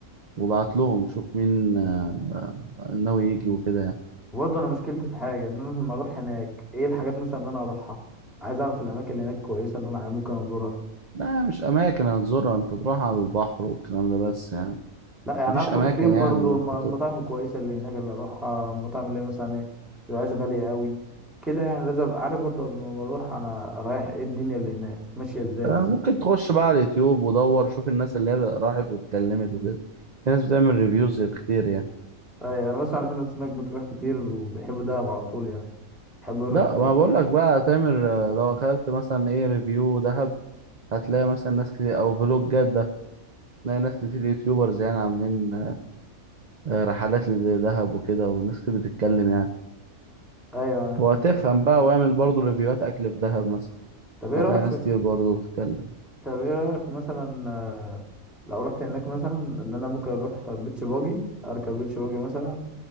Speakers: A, on the right; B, in the centre.
A: وبعت لهم شوف مين آه، آه، ناوي يجي وكده يعني
B: وبرضه أنا مشكلتي في حاجة إن أنا لما أروح هناك إيه الحاجات مثلا اللي أنا هروحها عايز أعرف الأماكن اللي هناك كويسة اللي أنا ممكن أزورها
A: لا مش أماكن هتزورها أنت تروح على البحر والكلام ده بس يعني.
B: لأ يعني
A: مفيش
B: هخرج
A: اماكن
B: فين
A: يعني
B: برضه
A: ان انت
B: الم- المطاعم
A: تخرج
B: الكويسة اللي هناك اللي أروحها المطاعم اللي هي مثلا إيه متبقاش غالية أوي كده يعني لازم أبقى عارف برضه قبل ما أروح أنا رايح إيه الدنيا اللي هناك ماشية إزاي
A: آه،
B: بس
A: مم. ممكن تخش بقى على اليوتيوب ودور شوف الناس اللي هي راحت واتكلمت وكده في ناس بتعمل ريفيوز كتير يعني
B: ايوه انا بسمع ان في ناس هناك بتروح كتير وبيحبوا دهب على طول يعني بيحبوا يروحوا
A: لا
B: كتير
A: ما بقول لك بقى تعمل آه، لو خدت مثلا ايه ريفيو دهب هتلاقي مثلا ناس كتير او فلوجات ده تلاقي ناس كتير يوتيوبرز يعني عاملين آه، رحلات لدهب وكده وناس كتير بتتكلم يعني
B: ايوه ايوه
A: وهتفهم بقى واعمل برضو ريفيوهات اكل في دهب مثلا
B: طب ايه
A: هتلاقي
B: رايك في
A: ناس كتير برضو بتتكلم
B: طب ايه رايك مثلا آه، لو رحت هناك مثلا ان انا ممكن اروح بيتش باجي اركب بيتش باجي مثلا